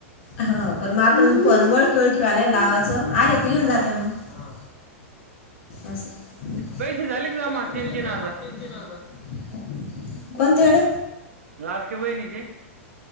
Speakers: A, on the left (about 65°); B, on the right (about 85°).
A: हा पण म आपण फोन वळखी वळखीवाल्या त्याला लावाच आले तर येऊन जात्या
B: हा
A: मग हा अस ते
B: पैसे झाले का
A: पैसे
B: जमा
A: झाले
B: तीन तीन
A: का
B: हजार
A: जमा तीन तीन हजार कोणते अड
B: लाडक्या बहिणीचे?